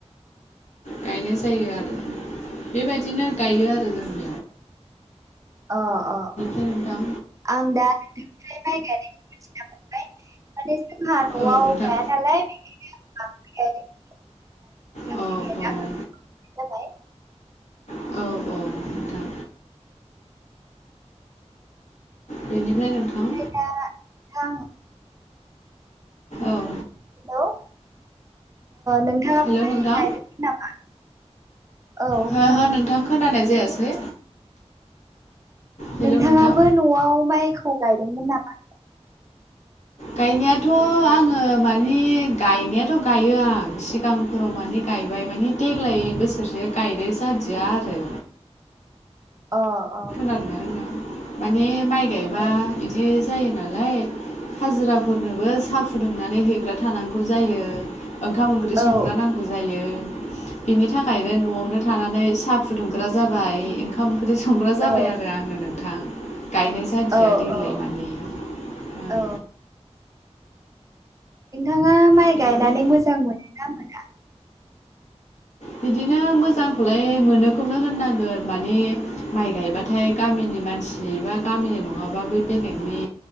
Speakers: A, on the left; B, on the right.
A: गायनाय जायो आरो बेबायदिनो गायो आरो जों।
B: अ अ अ
A: बेनिफ्राय नोंथां
B: आं दा नोंथांनिफ्राय माइ गायनायखौ मिथिना मोनबाय माने जोंहा न'आव
A: औ नोंथां
B: गाया नालाया बेखायनो <inaudible>
A: औ
B: आं नोंनाय
A: औ
B: जाबाय
A: औ औ। नोंथां बेनिफ्राय नोंथां
B: दा नोंथां
A: औ।
B: हेलौ ओ नोंथाङा
A: हेल' नोंथां
B: <unintelligible> गायदोमोन नामा? औ
A: हो
B: खोनादों
A: हो नोंथां खोनानाय जायासै? हेलौ
B: नोंथाङाबो
A: नोंथां
B: न'आव माइखौ गायदोंमोन नामा?
A: गायनायाथ' आङो माने गायनायाथ' गायो आं सिगां फोराव माने गायबाय माने देग्लाय बोसोरसे गायनाय जादिया आरो।
B: अ अ।
A: <inaudible> माने माइ गायबा
B: अ
A: बिदि जायो नालाय। हाजिराफोरनोबो साहा फुदुंनानै हैेग्रा थानांगौ जायो। ओंखाम ओंख्रि
B: औ
A: संग्रा नांगौ जायो। बेनि थाखायनो न'आवनो थानानै साहा फुदुंग्रा जाबाय ओंखाम ओंख्रि संग्रा जाबाय
B: औ
A: आरो आङो नोंथां। गायनाय जादिया
B: औ औ
A: देग्लाय माने ओं
B: औ <inaudible> औ नोंथाङा माइ
A: बेनिफ्राय
B: गायनानै मोजां मोनोना मोना?
A: बिदिनो मोजांखौलाय मोनोखौनो होननांगोन माने माइ गायबाथाय गामिनि मानसि बा गामिनि नङाबाबो बेलेगनि